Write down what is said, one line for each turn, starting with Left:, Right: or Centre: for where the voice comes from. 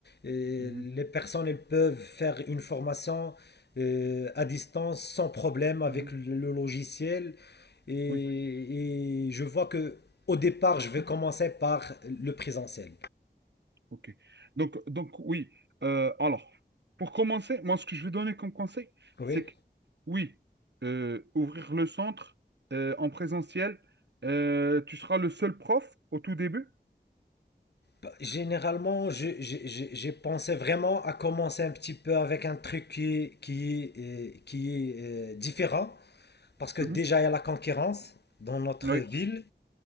Left: Euh,
Right: Mhm.
Left: les personnes elles peuvent faire une formation euh, à distance sans problème avec
Right: Mhm.
Left: le le logiciel. Et,
Right: Oui.
Left: et je vois que au départ, je vais commencer par le présentiel.
Right: Ok. Donc, donc oui. Euh, alors, pour commencer, moi, ce que je vais donner comme conseil,
Left: Oui.
Right: c'est que oui, euh, ouvrir le centre euh, en présentiel, euh, tu seras le seul prof au tout début.
Left: Bah, Généralement, je- je- je- j'ai pensé vraiment à commencer un petit peu avec un truc qui, est- qui, est, euh, qui est euh, différent Parce que
Right: Mhm.
Left: déjà, il y a la concurrence dans notre
Right: Oui,
Left: ville.